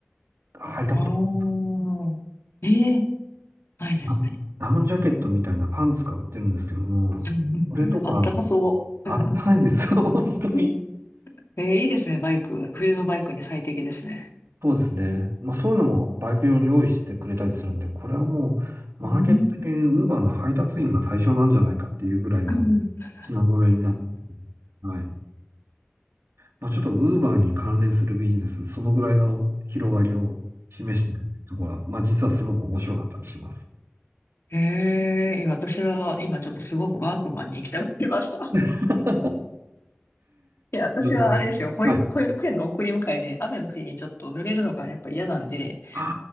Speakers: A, on the right; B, on the left.
A: 履いたことありま
B: ああ、ええ、ないですね。
A: すかダウンジャケットみたいなパンツが売ってるんですけども、
B: <laughs>
A: これとか、
B: あったかそう。
A: あったかいんですよ、<laughs> 本当に。
B: <laughs> えーいいですね、バイク。冬のバイクに最適ですね。
A: そうですね。まあそういうのもバイク用に用意しててくれたりするんで、これはもうマーケット的に
B: うん。
A: Uber の配達員が対象なんじゃないかっていうぐらいの
B: <laughs>
A: 品揃えになってますね。はい。まあちょっと Uber に関連するビジネス、そのぐらいの広がりを示しているところは、まあ実はすごく面白かったりします。
B: ええー、いや私は今ちょっとすごくワークマンに行きたくなりました。
A: <laughs>
B: <laughs>
A: ち
B: いや、私はあれですよ、
A: ょっとはい。
B: 保育、保育園の送り迎えで雨の日にちょっと濡れるのがやっぱ嫌なんで、
A: あ